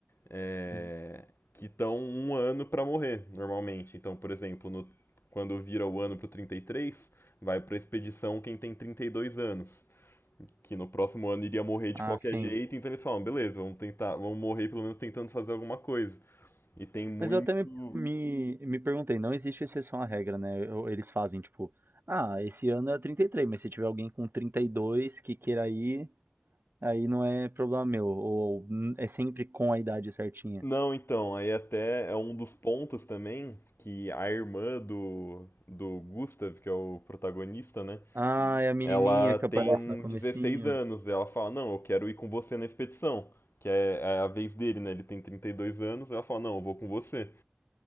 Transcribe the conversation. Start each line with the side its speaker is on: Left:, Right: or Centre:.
Left: é,
Right: Sim.
Left: que estão um ano para morrer, normalmente. Então, por exemplo, no- quando vira o ano pro 33, vai para a expedição quem tem 32 anos que no próximo ano iria morrer de
Right: Ah,
Left: qualquer
Right: sim.
Left: jeito, então eles falam, beleza, vamos tentar, vamos morrer pelo menos tentando fazer alguma coisa. E tem muito.
Right: Mas eu até me, me, me perguntei, não existe exceção à regra, né? Eu- Eles fazem tipo, ah, esse ano é 33, mas se tiver alguém com 32 que queira ir, aí não é problema meu. Ou "Hum, é sempre com a idade certinha.
Left: Não, então, aí até é um dos pontos também que a irmã do, do Gustav, que é o protagonista, né?
Right: Ah, é a menininha
Left: Ela
Right: que
Left: tem
Right: aparece no comecinho.
Left: 16 anos, e ela fala, não, eu quero ir com você na expedição. Que é, é a vez dele, né? Ele tem 32 anos, ela fala, não, eu vou com você.